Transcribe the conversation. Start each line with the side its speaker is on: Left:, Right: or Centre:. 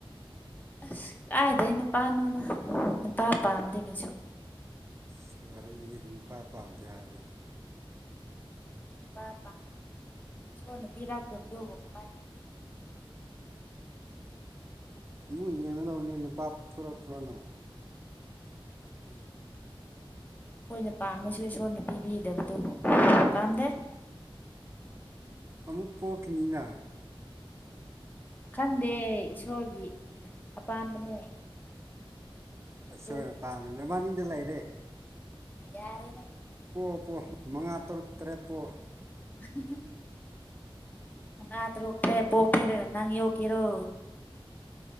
Left: ꯑꯁ ꯀꯥꯏꯗꯒꯤ ꯅꯨꯄꯥꯅꯣꯅꯗ ꯅꯨꯄꯥ ꯄꯥꯝꯗꯦ ꯀꯩꯁꯨ
Right: ꯁꯤ ꯋꯥꯔ ꯏꯗꯤ ꯅꯨꯄꯥ ꯄꯥꯝꯗꯦ ꯍꯥꯏꯦ꯫
Left: <unintelligible> ꯄ ꯃꯣꯏꯅ ꯄꯤꯔꯛꯇꯕꯗꯨꯕꯨ ꯫
Right: ꯑꯃꯨꯛ ꯌꯦꯡꯒꯗꯕꯅꯤ ꯅꯨ ꯊꯣꯔꯛꯄꯔꯥꯅ꯫ ꯎꯝ꯫
Left: ꯑꯩꯈꯣꯏꯅ ꯄꯥꯝꯅꯁꯨ ꯏꯁꯣꯔꯅ ꯄꯤꯕꯤꯗꯕꯗꯨꯕꯨ꯫ ꯄꯥꯝꯗꯦ꯫
Right: ꯑꯃꯨꯛ ꯄꯣꯛꯈꯤꯅꯤꯅ꯫
Left: ꯈꯪꯗꯦ ꯏꯁꯣꯔꯒꯤ ꯑꯄꯥꯝꯕꯅꯦ꯫
Right: ꯑꯁꯁꯣꯔ
Left: ꯏꯁꯣꯔꯒꯤ
Right: ꯑꯄꯥꯝꯕꯥꯅꯤ ꯅꯕꯟꯅꯤꯗ ꯂꯩꯔꯦ꯫
Left: ꯌꯥꯔꯦꯗ꯫
Right: ꯄꯣꯛ ꯄꯣ ꯃꯉꯥ ꯇꯔꯨꯛ ꯇꯔꯦꯠ ꯄꯣꯛꯑꯣ꯫
Left: ꯎꯝ꯫ ꯃꯥꯉꯤ ꯇ꯭ꯔꯣꯛ ꯇ꯭ꯔꯦꯠ ꯄꯣꯛꯄꯤꯔꯒ ꯅꯪ ꯌꯣꯛꯀꯦꯔꯣ꯫